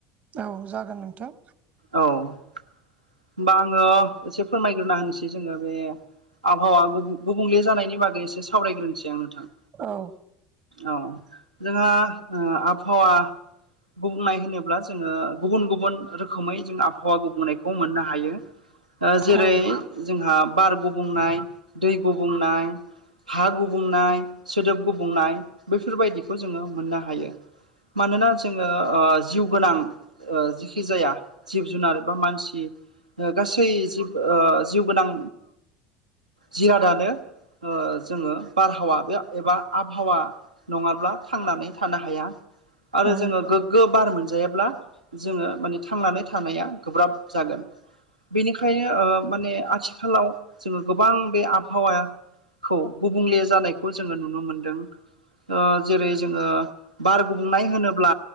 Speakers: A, on the right; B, on the right.
A: औ जागोन नोंथां
B: औ होनबा आङो एसे फोरमायग्रोना होनोसै जोङो बे आबहावा गुब गुबुंले जानायनि बागै एसे सावरायग्रोनोसै आं नोंथां
A: औ
B: औ जोंहा आबहावा गुबुंनाय होनोब्ला जोङो गुबुन गुबुन रोखोमै जों आबहावा गुबुंनायखौ मोननो हायो। ओ जेरै
A: औ
B: जोंहा बार गुबुंनाय दै गुबुंनाय हा गुबुंनाय सोदोब गुबुंनाय बैफोरबायदिखौ जोङो मोननो हायो। मानोना जोङो ओ जिउ गोनां ओ जिखि जाया जिब जुनार बा मानसि गासै जिउ ओ जिउ गोनां जिरादानो ओ जोङो बारहावा बे एबा आबहावा नङाब्ला थांनानै थानो हाया आरो
A: औ
B: जोङो गो गो बार मोनजायाब्ला जोङो माने थांनानै थानाया गोब्राब जागोन बेनिखायनो ओ माने आथिखालाव जोङो गोबां बे आबहावाया खौ गुबुंले जानायखौ जोङो नुनो मोनदों। ओ जेरै जोङो बार गुंबुंनाय होनोब्ला